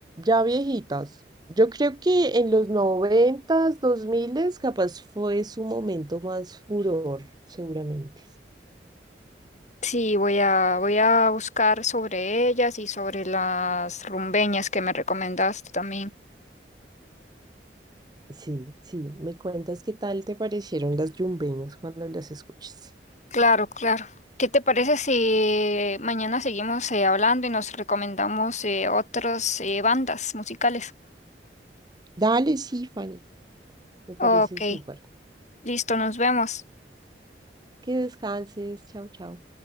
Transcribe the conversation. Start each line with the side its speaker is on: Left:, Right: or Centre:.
Right: ya viejitas. Yo creo que en los noventas, dos miles, capaz fue su momento más furor, seguramente.
Left: Sí, voy a, voy a buscar sobre ellas y sobre las rumbeñas que me recomendaste también.
Right: Sí, sí. Me cuentas qué tal te parecieron las yumbeñas cuando las escuches.
Left: Claro, claro. ¿Qué te parece si mañana seguimos eh, hablando y nos recomendamos eh, otras eh, bandas musicales?
Right: Dale, sí, Fanny. Me parece
Left: Ok,
Right: súper.
Left: listo, nos vemos.
Right: Que descanses. Chao, chao.